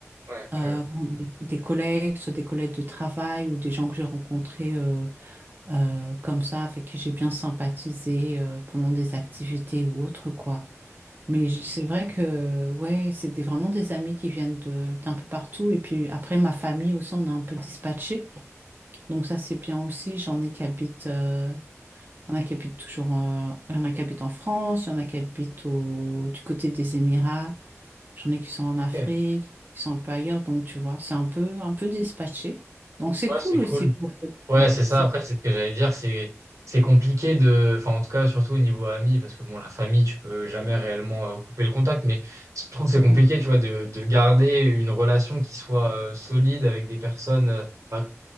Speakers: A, on the right; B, on the right.
A: Ouais,
B: euh,
A: que...
B: des collègues, soit des collègues de travail ou des gens que j'ai rencontrés euh, euh, comme ça, avec qui j'ai bien sympathisé euh, pendant des activités ou autres quoi. Mais j- c'est vrai que ouais, c'est des- vraiment des amis qui viennent de, d'un peu partout. Et puis après, ma famille aussi, on a un peu dispatché, donc ça c'est bien aussi. J'en ai qui habitent. euh, il y en a qui habitent toujours, euh, il y en a qui habitent en France, il y en a qui habitent au, du côté des Émirats, j'en ai qui sont en Afrique,
A: Ok.
B: qui sont un peu ailleurs, donc tu vois, c'est un peu, un peu dispatché. Donc c'est
A: Ouais,
B: cool
A: c'est cool.
B: aussi. je trouve.
A: Ouais,
B: Ouais,
A: c'est ça.
B: c'est
A: Après, c'est ce que j'allais dire, c'est c'est compliqué de, enfin en tout cas surtout au niveau ami, parce que bon, la famille, tu peux jamais réellement euh, couper le contact, mais je trouve que c'est compliqué,
B: cool.
A: tu vois, de, de garder une relation qui soit euh, solide avec des personnes euh, bah,